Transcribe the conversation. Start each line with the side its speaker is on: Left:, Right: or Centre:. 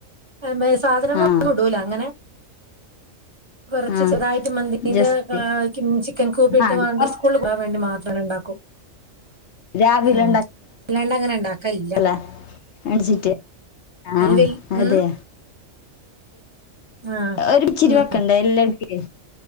Right: മേ സാധനങ്ങൾ
Left: ആഹ്
Right: ഒന്നും ഇടൂല അങ്ങനെ കൊറച്ച്
Left: ആഹ്
Right: ചെറുതായിട്ട് മന്തീന്റെ
Left: ജസ്റ്റ്
Right: ക്കിം ചിക്കൻ കൂബ് ഇട്ടാണ്ട്
Left: ആഹ് അത് കൊറച്ച്
Right: സ്കൂളിക്ക് കൊണ്ടോവാൻ വേണ്ടി. മാത്രം ആണ് ഉണ്ടാക്കും
Left: രാവിലെ
Right: ഉം ഇല്ലാണ്ട് അങ്ങനെ ഇണ്ടാക്കലില്ല.
Left: മേണിച്ചിട്ട് ആഹ്
Right: അതിന് വല്
Left: അതെയ.
Right: ഉം ആ
Left: ഒര് ഇച്ചിരിവക്കണ്ടേ
Right: ഉം
Left: എല്ലാരിക്ക്.